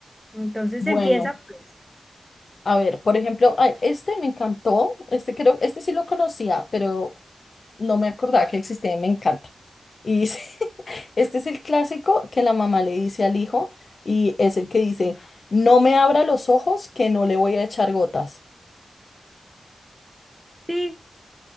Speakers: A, in the centre; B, on the left.
A: Entonces
B: Bueno,
A: empieza, pues.
B: a ver, por ejemplo, ay, este me encantó, este creo, este sí lo conocía, pero no me acordaba que existía, y me encanta. Y dice, <laughs> este es el clásico que la mamá le dice al hijo y es el que dice, no me abra los ojos que no le voy a echar gotas.
A: Sí,